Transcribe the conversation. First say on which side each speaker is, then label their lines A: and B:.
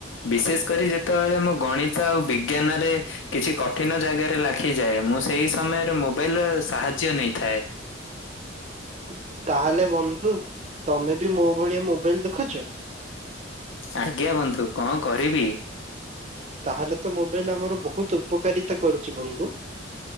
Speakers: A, on the left (about 80°); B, on the right (about 35°).
A: ବିଶେଷ କରି ଯେତେବେଳେ ମୁଁ ଗଣିତ ଆଉ ବିଜ୍ଞାନରେ କିଛି କଠିନ ଜାଗାରେ ଲାଖିଯାଏ। ମୁଁ ସେଇ ସମୟରେ ମୋବାଇଲ ର ସାହା ଯ୍ୟ ନେଇଥାଏ।
B: <inaudible> ତାହେଲେ ବନ୍ଧୁ ତମେ ବି ମୋ ଭଳିଆ ମୋବାଇଲ ଦେଖୁଛ।
A: ଆଜ୍ଞା ବନ୍ଧୁ କଣ କରିବି।
B: ତାହେଲେ ତ ମୋବାଇଲ ଆମର ବହୁତ ଉପକାରିତା କରୁଛି ବନ୍ଧୁ